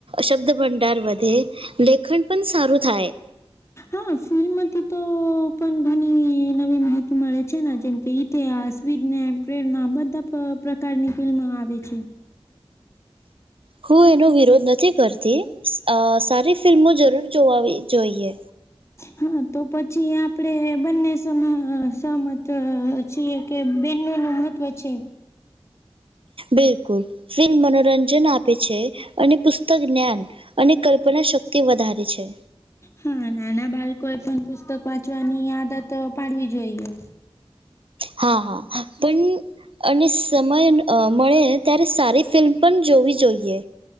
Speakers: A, on the right (about 65°); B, on the left (about 30°).
A: શબ્દ ભંડાર વધે લેખન પણ સારું થાય
B: અ હા ફિલ્મથી તો પણ ઘણી નવી માહિતી મળે છે જેમ એતે અશ્વિતને પ્રેરણા બધા પ્રકારની ફિલ્મ આવે છે
A: હું એનો વિરોધ નથી કરતી સારી ફિલ્મો જરૂર જોવા જોઈએ
B: હા તો પછી આપડે બંને સ સમત કે બનો નું મહત્વ છે
A: બિલકુલ ફિલ્મ મનોરંજન આપે છે અને પત જ્ઞાન અને કલ્પના શક્તિ વધારે છે
B: હા નાના બાળકો એ પણ પુસ્તક વાંચવાની આદત પાડવી જોઈએ
A: હા હા પણ અને સમય મળે ત્યારે સારી ફિલ્મ પણ જોવી જોઈએ